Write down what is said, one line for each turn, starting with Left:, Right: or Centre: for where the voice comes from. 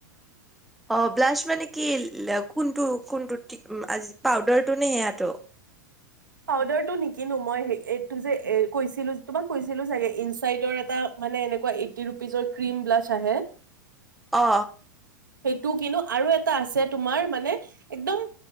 Centre: অ ব্লাছ মানে কি কোনটো কোনটো টি আজি পাউদাৰটো নে সেয়াতটো?
Right: পাউদাৰটো নিকিনো মই এই এইটো যে কৈছিলো যে তোমাক কৈছিলো চাগে ইনচাইডঅৰ এটা মানে এনেকোৱা এইট্টি ৰুপিচৰ ক্ৰিম ব্লাছ আহে।
Centre: অ।
Right: সেইটো কিন্তু আৰু এটা আছে তোমাৰ মানে একদম